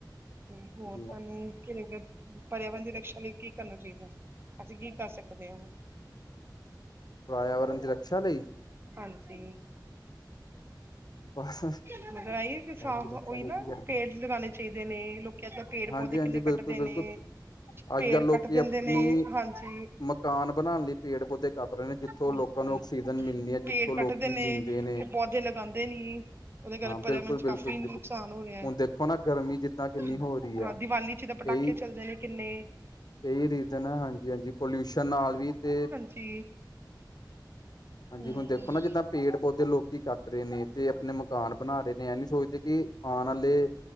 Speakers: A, on the right; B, on the left.
A: ਤੇ ਹੋਰ
B: ਜੀ
A: ਤੁਹਾਨੂੰ ਕਿਵੇਂ ਫੇਰ ਪਰਿਆਵਰਨ ਦੀ ਰਕਸ਼ਾ ਲਈ ਕੀ ਕਰਨਾ ਚਾਹੀਦਾ ਹੈ ਅਸੀਂ ਕੀ ਕਰ ਸਕਦੇ ਹਾਂ ਉਹ
B: ਪਰਿਆਵਰਨ ਦੀ ਰੱਕਸਾ ਲਈ
A: ਹਾਂਜੀ
B: ਪੈਰ
A: ਮਤਲਬ ਆਈ ਵੀ ਸਾਫ
B: ਦੀ ਰਕਸ਼ਾ
A: ਉਹੀ
B: ਲਈ
A: ਨਾ
B: ਕੀ ਕਰਦੇ
A: ਪੇੜ ਲਗਾਉਣੇ ਚਾਹੀਦੇ ਨੇ ਲੋਕੀ ਅੱਜ ਕੱਲ੍ਹ ਪੇੜ
B: ਹਾਂਜੀ
A: ਪੌਦੇ
B: ਹਾਂਜੀ
A: ਕਿੰਨੇ ਕੱਢਦੇ
B: ਬਿਲਕੁਲ ਬਿਲਕੁਲ
A: ਨੇ, ਪੇੜ
B: ਅੱਜ ਕੱਲ੍ਹ ਲੋਕੀ
A: ਕੱਟ ਦਿੰਦੇ
B: ਆਪਣੀ
A: ਨੇ ਹਾਂਜੀ
B: ਮਕਾਨ ਬਣਾਉਣ ਲਈ ਪੇੜ ਪੌਦੇ ਕੱਟ ਰਹੇ ਨੇ ਜਿੱਥੋਂ
A: ਬਿਲਕੁਲ
B: ਲੋਕਾਂ ਨੂੰ ਆਕਸੀਜਨ ਮਿਲਣੀ
A: ਹਮ
B: ਹੈ ਜਿੱਥੋਂ
A: ਪੇੜ
B: ਲੋਕੀ
A: ਕੱਟਦੇ ਨੇ
B: ਜੀਂਦੇ
A: ਤੇ ਪੌਦੇ ਲਗਾਉਂਦੇ ਨੀ ਉਹਦੇ ਕਰਕੇ
B: ਹਾਂ
A: ਪਰਿਆਵਰਨ
B: ਬਿਲਕੁਲ
A: ਚ
B: ਬਿਲਕੁਲ
A: ਕਾਫੀ
B: ਬਿਲਕੁਲ
A: ਨੁਕਸਾਨ ਹੋ ਰਿਹਾ ਹੈ
B: ਹੁਣ ਦੇਖੋ ਨਾ ਗਰਮੀ ਜਿੱਦਾਂ ਕਿੰਨੀ
A: ਜੀ
B: ਹੋ ਰਹੀ
A: ਹਾਂ
B: ਆ
A: ਦੀਵਾਲੀ ਚ ਤਾਂ ਪਟਾਕੇ
B: ਇਹੀ
A: ਚੱਲਦੇ ਨੇ ਕਿੰਨੇ,
B: ਇਹੀ ਰੀਜ਼ਨ ਹੈ ਹਾਂਜੀ ਹਾਂਜੀ ਪੋਲਿਊਸ਼ਨ ਨਾਲ ਵੀ ਤੇ,
A: ਜੀ।
B: ਹਾਂਜੀ
A: ਹਮ
B: ਹੁਣ ਦੇਖੋ ਨਾ ਜਿੱਦਾਂ ਪੇੜ ਪੌਦੇ ਲੋਕੀ ਕੱਟ ਰਹੇ ਨੇ ਤੇ ਆਪਣੇ ਮਕਾਨ ਬਣਾ ਰਹੇ ਨੇ ਇਹ ਨੀ ਸੋਚਦੇ ਕਿ ਆਉਣ ਵਾਲੇ